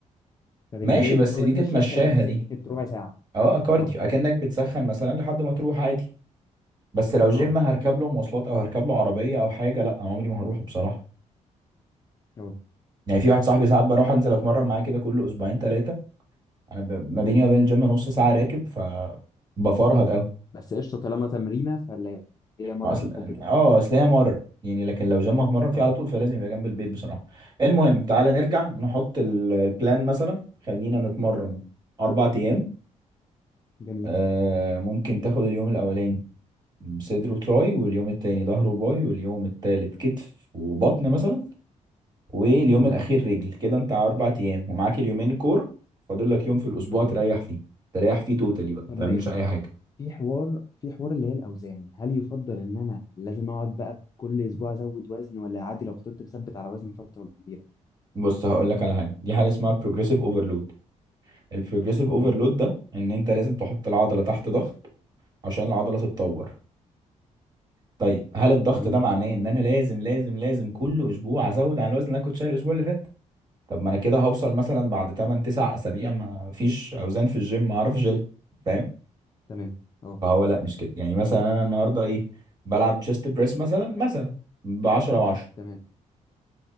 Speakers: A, on the left; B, on the right.
A: فبالنسبه
B: ماشي
A: لي
B: بس
A: اللي هو
B: دي
A: بتمشى
B: تتمشاها
A: مثلا سكه
B: دي
A: ربع ساعه
B: اه كارديو
A: اه
B: اكنك بتسخن مثلا لحد ما تروح عادي بس لو جيم
A: اه
B: هركب له مواصلات او هركب له عربيه او حاجه لا عمري ما هروحه بصراحه
A: اه
B: يعني في واحد صاحبي ساعات بروح انزل اتمرن معاه كده كل اسبوعين ثلاثه انا ب... ما بيني وما بين الجيم نص ساعه راكب ف بفرهد قوي
A: بس قشطه طالما تمرينه فاللي هي مره
B: ما اصل
A: بالحب كده
B: اه اصل هي مره يعني لكن لو جيم هتمرن فيه
A: اه
B: على طول فلازم يبقى جنب البيت بصراحه المهم تعالى نرجع نحط ال... البلان مثلا خلينا نتمرن اربع ايام
A: جميل
B: آه ممكن تاخد اليوم الاولاني صدر وتراي واليوم التاني ظهر وباي واليوم التالت كتف وبطن مثلا واليوم
A: تمام
B: الاخير رجل كده انت على اربع ايام ومعاك اليومين كور فاضل لك يوم في الاسبوع
A: تمام
B: تريح فيه تريح فيه توتالي بقى
A: طب
B: ما تعملش
A: ماشي
B: اي حاجه
A: في حوار في حوار اللي هي الاوزان هل يفضل ان انا لازم اقعد بقى كل اسبوع ازود وزن ولا عادي لو فضلت مثبت على وزني فتره كبيره
B: بص هقول لك على حاجه دي حاجه اسمها بروجريسيف اوفرلود البروجريسيف
A: تمام
B: اوفرلود ده ان انت لازم تحط العضله تحت ضغط عشان العضله تتطور
A: تمام
B: طيب هل الضغط
A: جميل
B: ده معناه ان انا لازم لازم لازم كل اسبوع ازود على الوزن اللي انا كنت شايل الاسبوع اللي فات طب ما انا كده هوصل مثلا بعد 8 9 اسابيع ما فيش اوزان في الجيم ما اعرفش اشيلها فاهم
A: تمام اه
B: فهو لا مش كده يعني مثلا انا النهارده ايه بلعب تشيست بريس مثلا مثلا ب 10 و10
A: تمام